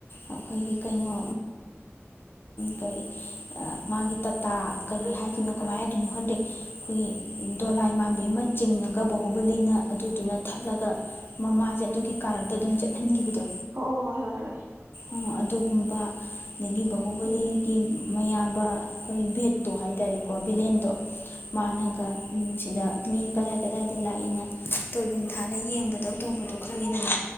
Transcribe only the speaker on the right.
ꯎꯝ ꯎꯝ ꯍꯣꯏ ꯍꯣꯏ ꯎꯝ ꯎꯝ ꯑꯣ ꯑꯣ
ꯍꯣꯏ ꯍꯣꯏ ꯍꯣꯏ